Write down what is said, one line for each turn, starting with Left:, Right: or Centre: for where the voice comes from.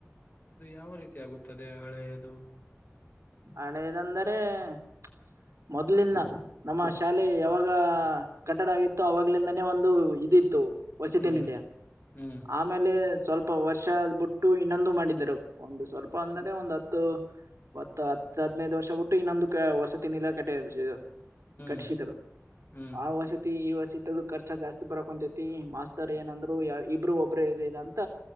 Left: ಅದು ಯಾವ ರೀತಿ ಆಗುತ್ತದೆ ಹಳೆಯದು.
Right: ಹಳೆದಂದರೆ ಪ್ಚ್ ಮೊದ್ಲಿಂದ ನಮ್ಮ ಶಾಲೆ ಯಾವಾಗ ಕಟ್ಟಡ ಆಗಿತ್ತು ಅವಾಗ್ಲಿಂದಾನೇ ಒಂದು ಇದಿತ್ತು ವಸತಿ
Left: ಹ್ಮ್
Right: ನಿಲಯಾ
Left: ಹ್ಮ್
Right: ಆಮೇಲೆ ಸ್ವಲ್ಪ ವರ್ಷ ಬಿಟ್ಟ ಟ್ಟು ಇನ್ನೊಂದು ಮಾಡಿದ್ದರು ಒಂದು ಸ್ವಲ್ಪ ಅಂದರೆ ಒಂದ ಹತ್ತು ತ್ತ್ ಹತ್ತ ಹದನೈದ ವರ್ಷ ಬಿಟ್ಟು ಇನ್ನೊಂದು ಅ ವಸತಿ ನಿಲಯ ಕಟ್ಟಿ ಎಬಿಸಿದೇವ್.
Left: ಹ್ಮ್
Right: ಕಟ್ಟಿಸಿದರು
Left: ಹ್ಮ್
Right: ಆ ವಸತಿ ಈ ವಸತಿ ಖರ್ಚು ಜಾಸ್ತಿ. ಬರಕೊಂತೈತಿ ಮಾಸ್ತರ್ ಏನಂದ್ರು ಯ ಇಬ್ರು ಒಬ್ರೆ ಇರ್ರಿ ಅಂತ.